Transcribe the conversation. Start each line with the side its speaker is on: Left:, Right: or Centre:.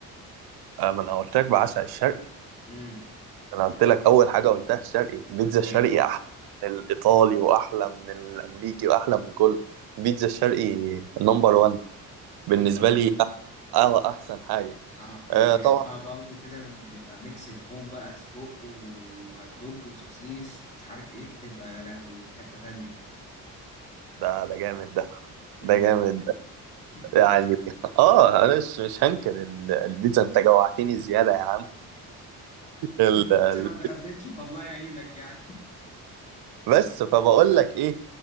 Right: آه، ما أنا قلت لك بعشق الشرقي
Left: امم
Right: انا قلت لك اول حاجه قلتها الشرقي البيتزا
Left: ايوه
Right: الشرقي
Left: آه.
Right: احلى من الايطالي واحلى من الامريكي واحلى من كله البيتزا الشرقي نمبر 1
Left: اكيد
Right: بالنسبه
Left: طبعا
Right: لي أح- اه احسن حاجه
Left: اه انا
Right: آه
Left: بحبها
Right: طبعا
Left: برضو كده لما تبقى ميكس لحوم بقى سجق وهوت دوج وسوسيس ومش عارف ايه بتبقى يا لهوي في حته تانيه
Right: ده ده جامد ده
Left: امم
Right: ده جامد ده
Left: <laughs>
Right: يعني <laughs> اه انا مش مش هنكر ال- البيتزا انت جوعتني زياده يا عم ال-
Left: وانت
Right: ال-
Left: لسه ما اتغديتش فالله يعينك يعني
Right: بس فبقول لك ايه